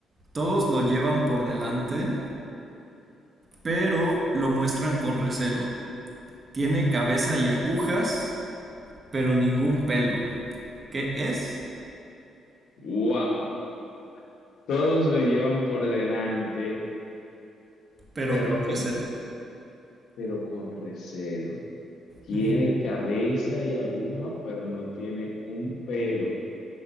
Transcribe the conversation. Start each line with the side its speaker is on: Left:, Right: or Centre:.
Right: todos lo llevan por delante, pero lo muestran con recelo. Tiene cabeza y agujas, pero ningún pelo. ¿Qué es?
Left: Wow, todos lo llevan por delante,
Right: Pero
Left: pero
Right: con
Left: ¿qué?
Right: recelo.
Left: Pero con recelo. Tiene
Right: <laughs> Ujú.
Left: cabeza y aguja, pero no tiene un pelo.